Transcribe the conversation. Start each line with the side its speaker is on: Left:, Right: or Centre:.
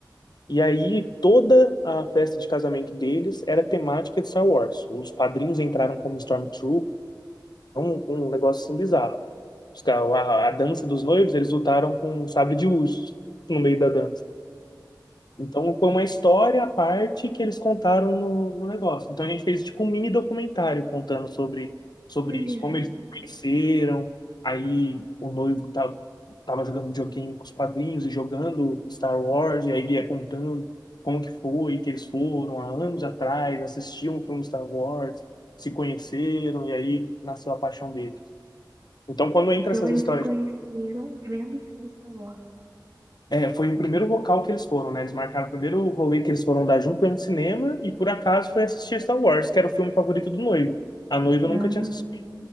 Left: E aí toda a festa de casamento deles era temática de Star Wars. Os padrinhos entraram como Stormtrooper, um, um negócio assim bizarro. Os caras- A, a dança dos noivos, eles lutaram com um sabre de luz no meio da dança. Então foi uma história à parte que eles contaram no, no negócio. Então a gente fez tipo um mini documentário contando sobre, sobre
Right: Olha.
Left: isso, como eles conheceram, aí o noivo tava, tava jogando videogame com os padrinhos e jogando Star Wars, e aí ia contando como que foi, que eles foram há anos atrás, assistiam o filme Star Wars, se conheceram, e aí nasceu a paixão deles. Então quando entra
Right: Então
Left: essas
Right: eles
Left: histórias
Right: se conheceram vendo o filme Star Wars.
Left: É, foi o primeiro local que eles foram, né? Eles marcaram o primeiro rolê que eles foram dar junto, foi no cinema, e por acaso foi assistir Star Wars, que era o filme favorito do noivo. A noiva nunca
Right: Ah,
Left: tinha assistido.